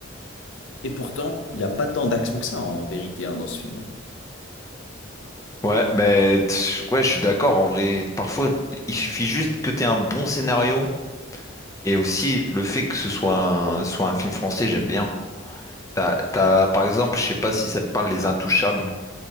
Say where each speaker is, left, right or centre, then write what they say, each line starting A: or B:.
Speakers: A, on the left (about 65°); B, on the left (about 15°).
A: Et pourtant, il n'y a pas tant d'action que ça, en vérité, hein, dans ce film. hein.
B: Ouais, ben t- ouais, je suis d'accord. En vrai, parfois, il suffit juste que tu aies un bon scénario et aussi le fait que ce soit un, soit un film français, j'aime bien. T'as, t'as, par exemple, je sais pas si ça te parle, Les Intouchables.